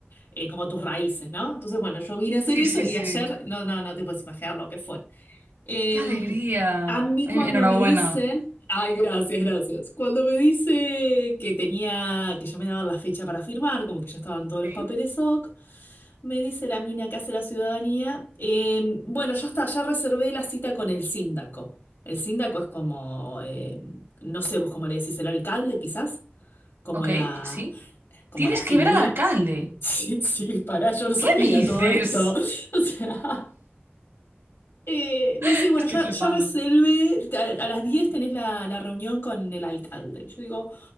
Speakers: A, on the left (about 70°); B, on the right (about 80°).
A: eh, como tus raíces, ¿no? Entonces, bueno, yo vine a hacer
B: Sí,
A: eso
B: sí,
A: y
B: sí.
A: ayer, no, no, no te puedes imaginar lo que fue. Em,
B: ¡Qué alegría!
A: a mí
B: Ay,
A: cuando
B: enhorabuena.
A: me dicen, ay, gracias, gracias, cuando me dice que tenía, que ya me daban la fecha para firmar, como que ya estaban todos
B: ¿Sí?
A: los papeles OK, me dice la mina que hace la ciudadanía. eh, bueno, ya está, ya reservé la cita con el síndaco. El síndaco es como, eh, no sé, vos cómo le decís, el alcalde quizás, como
B: Ok,
A: la,
B: sí.
A: como
B: Tienes
A: la figura.
B: que ver al alcalde.
A: <laughs> Sí, sí, pará, yo no sabía
B: ¿Qué dices?
A: todo esto. <laughs> O sea, eh, me
B: <laughs>
A: dice, bueno,
B: Estoy
A: ya,
B: flipando.
A: ya reservé, a, a las 10 tenés la, la reunión con el alcalde. Yo digo,